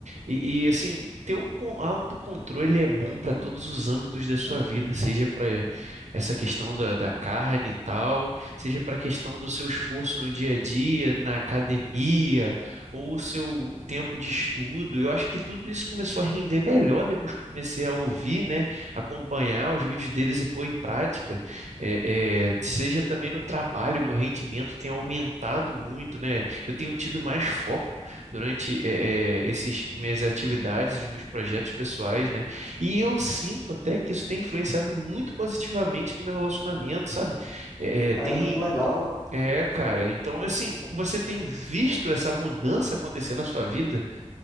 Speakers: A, on the right; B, in the centre.
A: e, e, assim, ter o con- autocontrole é bom para todos os âmbitos da sua vida, seja para essa questão da, da carne e tal, seja para a questão do seu esforço no dia a dia, na academia ou o seu tempo de estudo. Eu acho que tudo isso começou a render melhor depois que eu comecei a ouvir, né, acompanhar os vídeos deles e pôr em prática. É, é, seja também no trabalho, meu rendimento tem aumentado muito, né? Eu tenho tido mais foco durante eh, esses minhas atividades, os meus projetos pessoais, né? E eu sinto até que isso tem influenciado muito positivamente no meu relacionamento, sabe? Eh, eh,
B: Caramba,
A: tem
B: que legal.
A: é, cara. Então, assim, você tem visto essa mudança acontecer na sua vida?